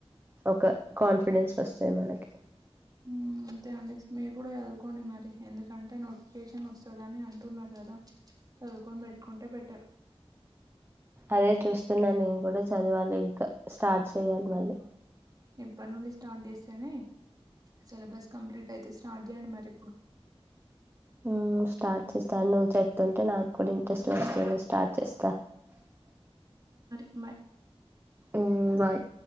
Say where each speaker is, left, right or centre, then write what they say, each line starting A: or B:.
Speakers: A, on the right; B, on the right.
A: ఒక కాన్ఫిడెన్స్ వస్తంది మనకి
B: మ్మ్, అంతే అండి మీరు కూడా చదువుకోండి మరి ఎందుకంటే నోటిఫికేషన్ వస్తుందని అంటున్నారు కదా చదువుకొని పెట్టుకుంటే బెటర్
A: అదే చూస్తున్నా నేను కూడా చదివాలి ఇంకా స్టార్ట్ చేయాలి మళ్ళీ
B: ఇప్పటి నుండి స్టార్ట్ చేస్తేనే సిలబస్ కంప్లీట్ అయితే స్టార్ట్ చేయండి మరి ఇప్పుడు
A: ఊమ్ స్టార్ట్ చేస్తాను నువ్వు చెపుతుంటే నాకు ప్పు ఇంట్రెస్ట్ వస్తుంది స్టార్ట్ చేస్తా
B: మ
A: మ్ బాయ్